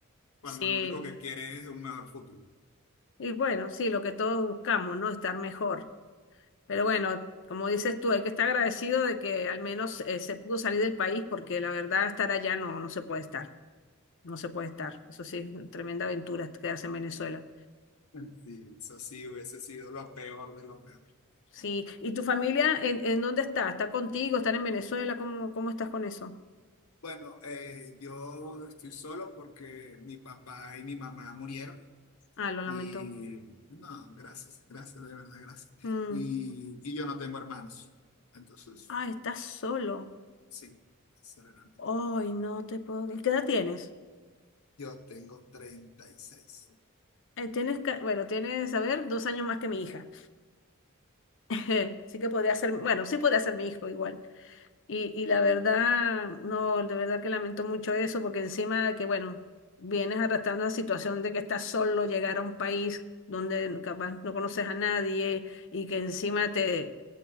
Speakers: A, on the left; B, on the left.
A: cuando
B: sí.
A: lo único que quieren es un mejor futuro.
B: Y bueno, sí, lo que todos buscamos, ¿no? Estar mejor. Pero bueno, como dices tú, hay que estar agradecido de que al menos eh, se pudo salir del país, porque la verdad estar allá no, no se puede estar, no se puede estar. Eso sí, es una tremenda aventura quedarse en Venezuela.
A: <laughs> Sí, eso sí hubiese sido lo peor de lo peor.
B: Sí, ¿y tu familia en, en dónde está? ¿Está contigo? ¿Están en Venezuela? ¿Cómo, cómo estás con eso?
A: Bueno, eh, yo estoy solo porque mi papá y mi mamá murieron.
B: Ah, lo lamento.
A: Y no, gracias, gracias, de verdad, gracias.
B: Mm.
A: Y, y yo no tengo hermanos. Entonces,
B: Ah, estás solo.
A: sí, acelerando.
B: Ay, no te puedo. ¿Y qué edad tienes?
A: Yo tengo treinta y seis
B: Eh, tienes, ca- bueno, tienes, a ver, dos años más que mi hija. <laughs> Sí que podría ser, bueno, sí podría ser mi hijo igual. Y, y la verdad, no, de verdad que lamento mucho eso, porque encima de que, bueno, vienes arrastrando la situación de que estás solo, llegar a un país donde capaz no conoces a nadie y que encima te